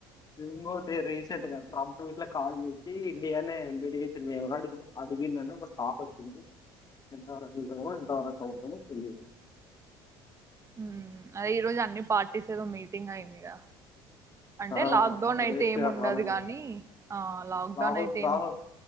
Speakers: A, on the left; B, on the right.
A: ఇంగోటరై రు ట్రంప్ ఇట్లా కాల్ చేసి ఇండియానే ఎ అడిగిందని ఒక టాక్ వచ్చింది ఎంతవరకు నిజమో ఎంతవరకు అబద్దమో తెలీదు
B: హ్మ్ అదే ఈ రోజు అన్ని పార్టీస్ ఏదో మీటింగ్ అయింది గా అంటే
A: ఆ
B: లాక్డౌన్ అయితే
A: వేస్ట్
B: ఏమి
A: గా
B: ఉండదు
A: రాలేదు
B: గాని ఆ లాక్
A: రాహుల్
B: డౌన్ అయితే ఏం
A: రాహుల్